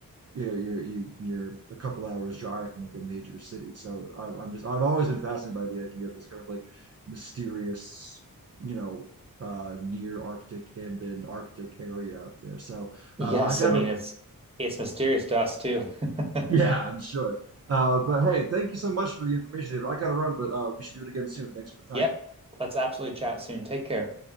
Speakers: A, on the right; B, on the right.
A: you're you're you- are you are you are you are a couple hours drive from like a major city. So I, I'm just I've always been fascinated by the idea of this kind of like mysterious, you know, uh, near Arctic and then Arctic area up there. So
B: yes,
A: uh, I gotta.
B: I mean, it's it's mysterious to us too. <laughs>
A: Yeah, <laughs> I'm sure. Uh, but hey, thank you so much for the information, David. I gotta run, but uh, we should do it again soon. Thanks for the time.
B: Yep. Let's absolutely chat soon. Take care.